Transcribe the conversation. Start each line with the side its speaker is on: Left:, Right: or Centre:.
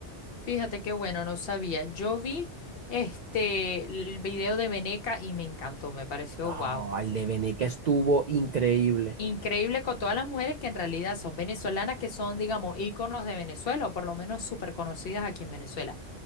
Left: Fíjate qué bueno, no sabía. Yo vi este el video de Veneca y me encantó, me pareció
Right: No,
Left: guau.
Right: el de Bené que estuvo increíble.
Left: Increíble con todas las mujeres que en realidad son venezolanas, que son, digamos, íconos de Venezuela o por lo menos súper conocidas aquí en Venezuela.